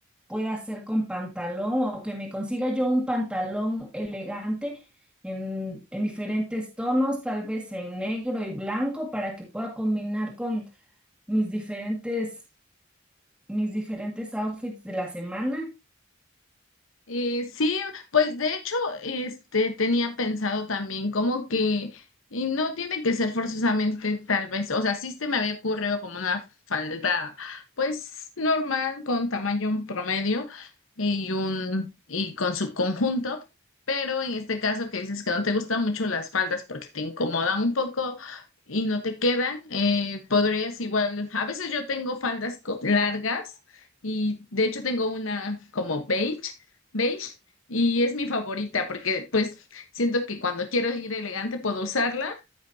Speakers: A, in the centre; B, on the left.
A: pueda hacer con pantalón o que me consiga yo un pantalón elegante en, en diferentes tonos, tal vez en negro y blanco, para que pueda combinar con mis diferentes mis diferentes outfits de la semana.
B: Eh, sí, pues de hecho, este tenía pensado también como que, y no tiene que ser forzosamente tal vez, o sea, sí se me había ocurrido como una falda, pues normal, con tamaño promedio y un, y con su conjunto, pero en este caso que dices que no te gustan mucho las faldas porque te incomodan un poco y no te quedan, eh, podrías igual, a veces yo tengo faldas co- largas. Y de hecho tengo una como beige beige y es mi favorita porque pues siento que cuando quiero ir elegante puedo usarla